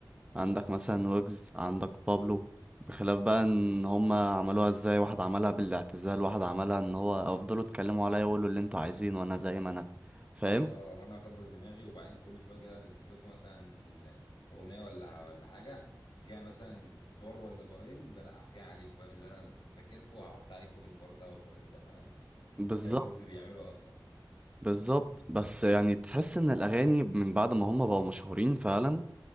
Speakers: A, on the right (about 15°); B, on the left (about 85°).
A: عندك مثلا ويجز عندك بابلو بخلاف بقى ان هما عملوها ازاي واحد عملها بالاعتزال واحد عملها ان هو افضلوا اتكلموا عليا وقولوا اللي انتوا عايزينه وانا زي ما انا فاهم
B: اه وانا اكبر دماغي وبعدين كل شويه كده انزل لكم مثلا اغنيه ولا ولا حاجه فيها مثلا بار ولا بارين بلقح فيها عليكم فاهم اللي انا فاكركم هحط عليكم بالبار ده والبارين ده فاهم
A: بالظبط
B: ده اللي ويجز بيعمله اصلا يعني
A: بالظبط بس يعني تحس ان الاغاني من بعد ما هما بقوا مشهورين فعلا